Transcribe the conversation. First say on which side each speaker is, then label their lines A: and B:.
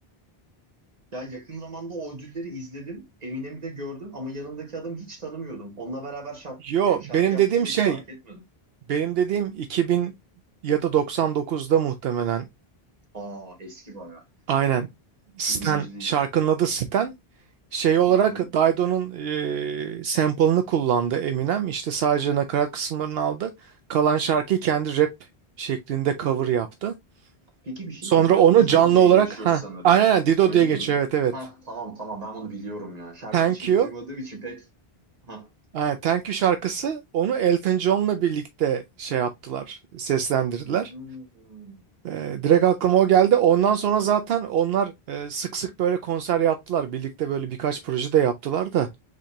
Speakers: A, on the right (about 40°); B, on the right (about 75°).
A: Ya yakın zamanda o ödülleri izledim. Eminem'i de gördüm ama yanındaki adamı hiç tanımıyordum. Onunla beraber şap,
B: Yo
A: yani şarkı
B: benim
A: yaptığında
B: dediğim şey
A: hiç fark etmedim.
B: benim dediğim 2000 ya da 99'da muhtemelen
A: Aa eski bayağı.
B: aynen Stan
A: Günümüz değil.
B: şarkının adı Stan Şey olarak
A: Hı hı.
B: Dido'nun eee sample'ını kullandı Eminem. İşte sadece nakarat kısımlarını aldı. Kalan şarkıyı kendi rap şeklinde cover yaptı.
A: Peki bir şey
B: Sonra
A: diyeceğim.
B: onu
A: Dido
B: canlı
A: diye
B: olarak
A: geçiyor
B: ha
A: sanırım.
B: aynen aynen, Dido
A: Öyle
B: diye geçiyor
A: değil mi?
B: evet evet.
A: Ha tamam tamam ben bunu biliyorum ya. Şarkıyı
B: Thank
A: şimdi
B: You.
A: duymadığım için pek. Ha.
B: Aynen, Thank You şarkısı onu Elton John'la birlikte şey yaptılar, seslendirdiler.
A: Hmm.
B: Eee, direkt aklıma o geldi. Ondan sonra zaten onlar eee, sık sık böyle konser yaptılar. Birlikte böyle birkaç proje de yaptılar da